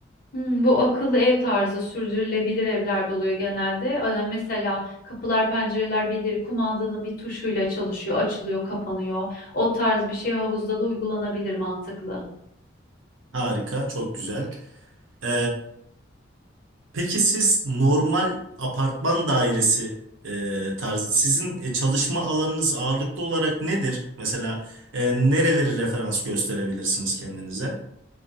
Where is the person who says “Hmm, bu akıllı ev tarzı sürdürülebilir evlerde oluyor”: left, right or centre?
Left